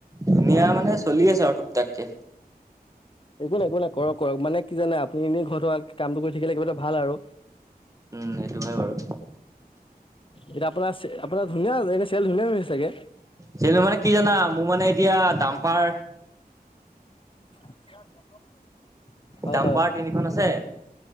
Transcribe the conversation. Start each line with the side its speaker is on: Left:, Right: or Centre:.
Right: ধুনীয়া মানে চলি আছে আৰু টুকটাককে।
Left: একো নাই, বলা কৰা কৰা, মানে কি জানে আপুনি এনে ঘৰত থ কামটো কৰি থাকিলে কিবা এটা ভাল আৰু।
Right: উম সেইটো হয় বাৰু
Left: এতিয়া আপোনাৰ চে, আপোনাৰ ধুনীয়া আ, এনে চেল ধুনীয়া হৈছে চাগে।
Right: চেলু মানে কি জানা, মোৰ মানে এতিয়া দাম্পাৰ
Left: <inaudible> হয়
Right: ডাম্পাৰ
Left: হয়
Right: তিনিখন আছে